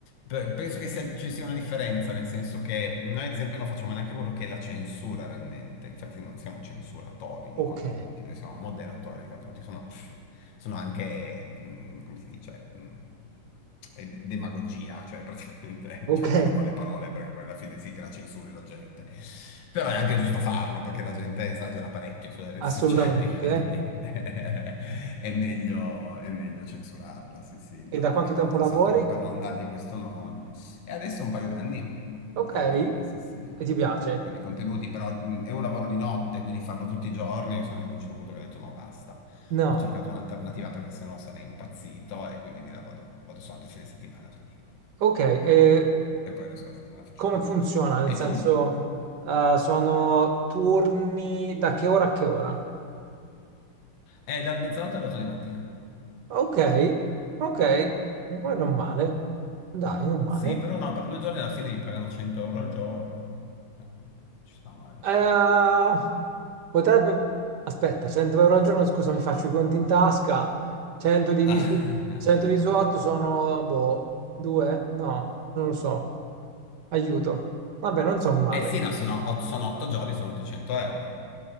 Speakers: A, on the left; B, on the right.
A: Pe- Penso che sia- ci sia una differenza, nel senso che noi, ad esempio, non facciamo neanche quello che è la censura realmente, infatti non siamo censuratori di
B: Ok.
A: contenuti, noi siamo moderatori di contenuti, sono, pff, sono anche, mm, come si dice, mm, eh, demagogia, cioè praticamente
B: Ok,
A: <laughs> giocano con le parole perché poi alla fine sì che la censuri la gente. Però è anche giusto farlo perché la gente esagera parecchio sulle reti
B: assolutamente.
A: sociali, <laughs> quindi <laughs> è meglio, è meglio censurarla, sì sì, in tanti
B: E da quanto
A: casi,
B: tempo lavori?
A: soltanto che per non dargli questo nome. E adesso un paio d'anni,
B: Ok,
A: un paio
B: e
A: d'anni, sì sì.
B: ti piace?
A: Quindi i contenuti, però mh, è un lavoro di notte, quindi farlo tutti i giorni, sono arrivato a un certo punto che ho detto no, basta
B: No.
A: ho cercato un'alternativa perché sennò sarei impazzito e quindi di là vado, vado soltanto il fine settimana già lì.
B: Ok, e
A: E poi il resto della settimana faccio
B: come
A: altro.
B: funziona? Nel
A: E
B: senso,
A: tu?
B: eh, sono turni da che ora a che ora?
A: Eh, da mezzanotte alle 8 di mattina.
B: Ok, ok, Ma non male. Dai, non male.
A: Sì, però no, per due giorni alla fine mi pagano 100 euro al giorno. No, non ci sta male,
B: Eh,
A: sì.
B: potrebbe... Aspetta, 100 euro al giorno, scusa, mi faccio i conti in tasca. 100 diviso,
A: Ah.
B: 100 diviso
A: <laughs>
B: 8 sono, boh, 2? No, non lo so. Aiuto. Vabbè, non so male.
A: Eh sì, no, sono, ot- sono 8 giorni, sono 800 euro.